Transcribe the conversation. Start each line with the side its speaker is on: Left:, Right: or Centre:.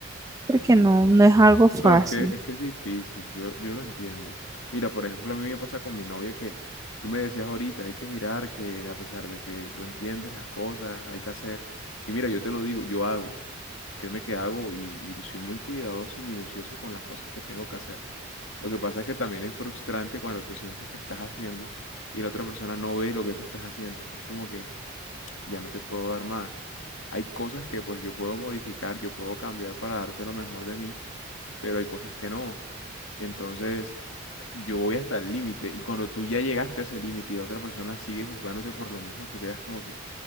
Right: porque
Left: no Entiendo.
Right: no, no es algo fácil.
Left: No, es que, es que es difícil, yo, yo lo entiendo. Mira, por ejemplo, a mí me pasa con mi novia que tú me decías ahorita, hay que mirar que a pesar de que tú entiendes las cosas, hay que hacer. Y mira, yo te lo digo, yo hago. Créeme que hago y, y soy muy cuidadoso y minucioso con las cosas que tengo que hacer. Lo que pasa es que también es frustrante cuando tú sientes que estás haciendo y la otra persona no ve lo que tú estás haciendo. Es como que, ya no te puedo dar más. Hay cosas que pues yo puedo modificar, yo puedo cambiar para darte lo mejor de mí, pero hay cosas que no. Entonces, yo voy hasta el límite y cuando tú ya llegaste a ese límite y la otra persona sigue juzgándote por lo mismo, tú quedas como que,